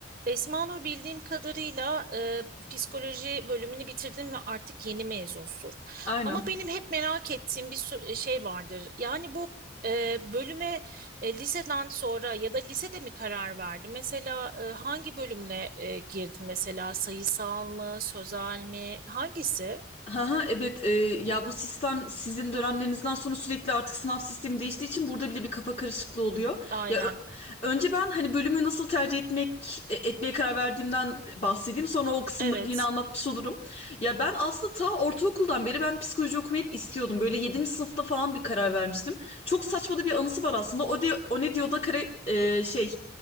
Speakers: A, on the right; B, on the left.
A: Esma Nur bildiğim kadarıyla e, psikoloji bölümünü bitirdin ve artık yeni mezunsun.
B: Aynen.
A: Ama benim hep merak ettiğim bir su- şey vardır. Yani bu e, bölüme e, liseden sonra ya da lisede mi karar verdin? Mesela e, hangi bölümle e, girdin? Mesela sayısal mı, sözel mi? Hangisi?
B: Haha, evet e, ya bu sistem sizin dönemlerinizden sonra sürekli artık sınav sistemi değiştiği için burada bile bir kafa karışıklığı oluyor.
A: Aynen.
B: Ya ö- önce ben hani bölümü nasıl tercih etmek e, etmeye karar verdiğimden bahsedeyim. Sonra o kısımları
A: Evet.
B: da yine anlatmış olurum. Ya ben aslında ta ortaokuldan beri ben psikoloji okumayı hep istiyordum. Böyle yedinci sınıfta falan bir karar vermiştim. Çok saçma da bir anısı var aslında. O de, o ne diyor da kare e, şey